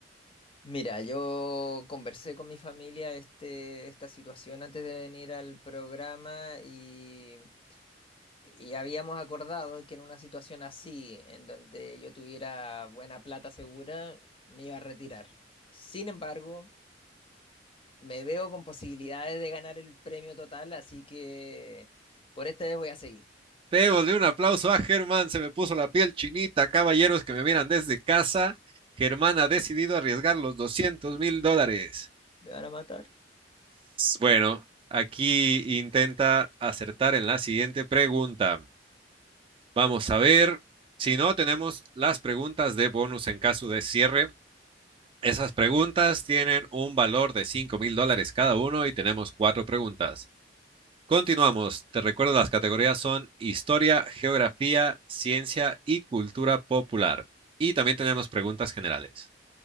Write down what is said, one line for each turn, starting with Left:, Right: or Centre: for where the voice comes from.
Left: Mira, yo conversé con mi familia este, esta situación antes de venir al programa y, y habíamos acordado que en una situación así, en donde yo tuviera buena plata segura, me iba a retirar. Sin embargo, me veo con posibilidades de ganar el premio total, así que por esta vez voy a seguir.
Right: Démosle un aplauso a Germán, se me puso la piel chinita, caballeros que me miran desde casa. Germán ha decidido arriesgar los doscientos mil dólares.
Left: Me van a matar.
Right: Bueno, aquí intenta acertar en la siguiente pregunta. Vamos a ver. Si no, tenemos las preguntas de bonus en caso de cierre. Esas preguntas tienen un valor de cinco mil dólares cada uno y tenemos cuatro preguntas. Continuamos. Te recuerdo, las categorías son historia, geografía, ciencia y cultura popular. Y también tenemos preguntas generales.